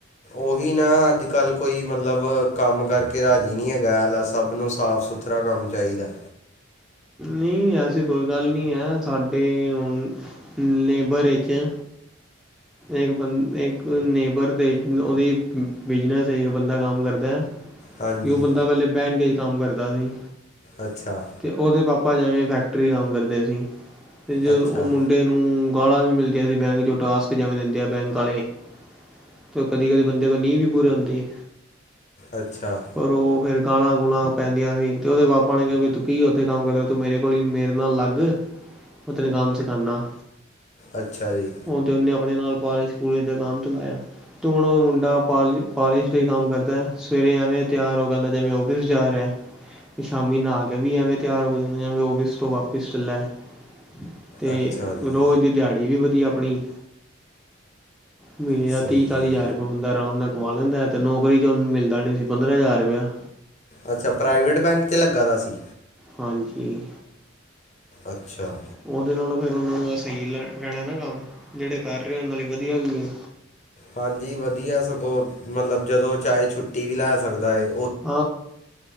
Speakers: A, on the left; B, in the centre.
A: ਓਹੀ ਨਾ, ਅੱਜ ਕੱਲ੍ਹ ਕੋਈ ਮਤਲਬ ਕੰਮ ਕਰਕੇ ਰਾਜੀ ਨੀ ਹੈਗਾ ਐਲੈ ਸਭ ਨੂੰ ਸਾਫ ਸੁਥ ਸੁਥਰਾ ਕੰਮ ਚਾਈਦੈ।
B: ਨਈ, ਐਸੀ ਕੋਈ ਗੱਲ ਨੀ ਐ, ਸਾਡੇ ਹੁਨ ਨੇਭਰ ਚ ਏਕ ਬੰ, ਏਕ ਨੇਬਰ ਦੇ ਓਦੀ ਬਿਜਨਸ ਏਕ ਬੰਦਾ ਕੰਮ ਕਰਦੈ।
A: ਹਾਂਜੀ
B: ਤੇ ਓ ਬੰਦਾ ਪੈਲੇ ਬੈਂਕ ਚ ਕੰਮ ਕਰਦਾ ਸੀ।
A: ਅੱਛਾ।
B: ਤੇ ਓਦੇ ਪਾਪਾ ਜੈਵੇਂ ਫੈਕਟਰੀ ਕੰਮ ਕਰਦੇ ਸੀ, ਤੇ ਜੋ
A: ਅੱਛਾ
B: ਓ ਮੁੰ ਡੇ ਨੂੰ ਗਾਲਾਂ ਵੀ ਮਿਲਦੀਆਂ ਸੀ, ਬੈਂਕ ਚ ਜੋ ਟਾਸਕ ਜੈਵੇ ਦੇਂਦੇ ਆ ਬੈਂਕ ਆਲੇ, ਤੇ ਓ ਕਦੀ- ਕਦੀ ਬੰਦੇ ਕੋਲ ਨੀ ਵੀ ਪੂਰੇ ਹੁੰਦੇ।
A: ਅੱਛਾ।
B: ਪਰ ਓ ਫੇਰ ਫੇਰ ਗਾਲਾਂ- ਗੂਲਾ ਪੈਂਦੀਆਂ ਸੀ, ਤੇ ਓਦੇ ਪਾਪਾ ਨੇ ਕਿਆ ਵੀ ਤੂੰ ਕੀ ਉੱਥੇ ਕੰਮ ਕਰ ਤੂੰ ਮੇਰੇ ਕੋਲ ਈ, ਮੇਰੇ ਨਾਲ ਲੱਗ, ਮੈਂ ਤੈਂਨ ਕੰਮ ਸਿਖਾਨਾ।
A: ਅੱਛਾ ਜੀ।
B: ਤੇ ਓਨੇ ਅਪਣੇ ਨਾਲ ਪਾਲਸ਼ -ਪੂਲੇਸ਼ ਦੇ ਕੰਮ ਤੇ ਲਾਇਆ। ਤੇ ਹੁਣ ਓ ਮੁੰਡਾ ਪਾਲੀ -ਪਾਲਿਸ਼ ਦਾ ਈ ਕੰਮ ਕਰਦੈ, ਸਵੇਰੇ ਐਵੇਂ ਤਿਆਰ ਹੋ ਕੇ ਆਂਦੈ ਜੈਵੇਂ ਔਫਿਸ ਜਾ ਰਿਆ ਤੇ ਸ਼ਾਮੀ ਨਾਂਅ ਕੇ ਵੀ ਐਵੇਂ ਤਿਆਰ ਹੋ ਕੇ ਜਾਂਦੈ ਜੈਵੇ ਆਫਿਸ ਤੋਂ ਵਾਪਿਸ ਚੱਲਾ। ਅਤੇ
A: ਅੱਛਾ ਜੀ
B: ਰੋਜ਼ ਦੀ ਦਿਹਾੜੀ ਵੀ ਵਧੀਆ ਆਪਣੀ। ਮਹੀਨੇ
A: ਸਹੀ
B: ਦਾ ਤੀਹ ਚਾਲੀ
A: ਹੈ
B: ਹਜ਼ਾਰ ਰੁਪਏ ਬੰਦਾ ਆਰਾਮ ਨਾਲ ਕਮਾ ਲੈਂਦਾ ਏ। ਤੇ ਨੌਕਰੀ ਚ ਮਿਲਦਾ ਨਹੀਂ ਸੀ ਪੰਦਰਾਂ ਹਜ਼ਾਰ ਰੁਪਇਆ।
A: ਅੱਛਾ ਪ੍ਰਾਈਵੇਟ ਬੈਂਕ ਚ ਲੱਗਾ ਦਾ ਸੀ।
B: ਹਾਂਜੀ।
A: ਅੱਛਾ
B: ਉਹਦੇ ਨਾਲੋਂ ਫੇਰ ਉਹਨਾਂ ਨੂੰ ਆ ਸਹੀ ਲ ਰਹਿਣਾ ਨਾ ਕੰਮ, ਜਿਹੜੇ ਕਰ ਰਹੇ ਆ ਉਹਨਾਂ ਲਈ ਵਧੀਆ ਵੀ ਹੈ।
A: ਹਾਂਜੀ ਵਧੀਆ ਸਗੋਂ ਮਤਲਬ ਜਦੋਂ ਚਾਹੇ ਛੁੱਟੀ ਵੀ ਲੈ ਸਕਦਾ ਹੈ।
B: <inaudible>